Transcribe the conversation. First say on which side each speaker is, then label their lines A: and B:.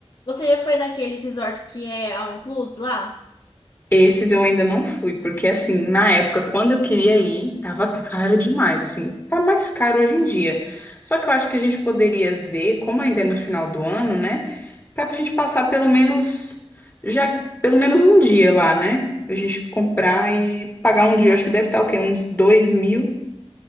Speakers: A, on the left (about 45°); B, on the left (about 20°).
A: Você já foi naqueles resort que é all inclusive lá?
B: Esses eu ainda não fui, porque assim, na época, quando eu queria ir, tava caro demais, assim, tá mais caro hoje em dia. Só que eu acho que a gente poderia ver, como ainda é no final do ano, né? Pra gente passar pelo menos já pelo menos um dia lá, né? A gente comprar e pagar um dia. Eu acho que deve estar o quê? Uns dois mil